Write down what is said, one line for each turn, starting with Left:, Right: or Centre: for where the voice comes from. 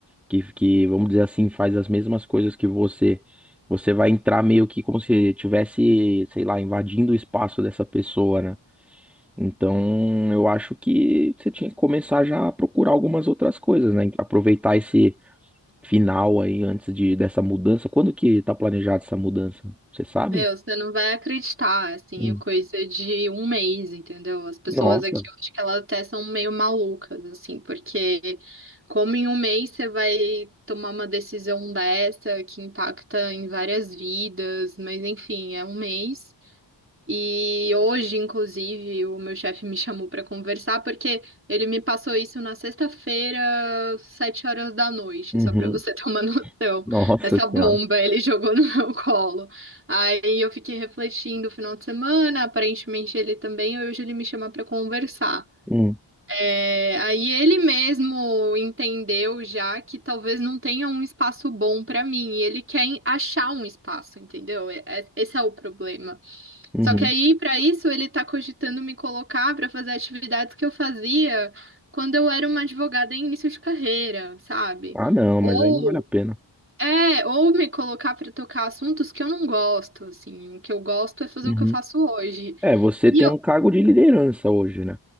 Centre: que, que, vamos dizer assim, faz as mesmas coisas que você. Você vai entrar meio que como se tivesse, sei lá, invadindo o espaço dessa pessoa, né? Então, eu acho que você tinha que começar já a procurar algumas outras coisas, né? Aproveitar esse final aí antes de dessa mudança. Quando que tá planejada essa mudança? Você sabe?
Right: Meu, você não vai acreditar, assim,
Centre: Hum.
Right: é coisa de um mês, entendeu? As pessoas
Centre: Nossa.
Right: aqui, eu acho que elas até são meio malucas, assim, porque como em um mês você vai tomar uma decisão dessa que impacta em várias vidas, mas enfim, é um mês. E hoje, inclusive, o meu chefe me chamou para conversar porque ele me passou isso na sexta-feira, sete horas da noite,
Centre: Uhum.
Right: só para você <laughs> ter uma noção.
Centre: Nossa
Right: Essa
Centre: Senhora.
Right: bomba ele jogou no meu colo. Aí eu fiquei refletindo o final de semana, aparentemente ele também, hoje ele me chama para conversar.
Centre: Hum.
Right: É, aí ele mesmo entendeu já que talvez não tenha um espaço bom para mim, e ele quer achar um espaço, entendeu? É- é- Esse é o problema.
Centre: Uhum.
Right: Só que aí, para isso, ele tá cogitando me colocar para fazer atividades que eu fazia quando eu era uma advogada em início de carreira, sabe?
Centre: Ah, não,
Right: Ou
Centre: mas aí não vale a pena.
Right: é, ou me colocar para tocar assuntos que eu não gosto, assim, o que eu gosto é fazer
Centre: Uhum.
Right: o que eu faço hoje.
Centre: É, você
Right: E
Centre: tem
Right: eu,
Centre: um cargo de liderança hoje, né?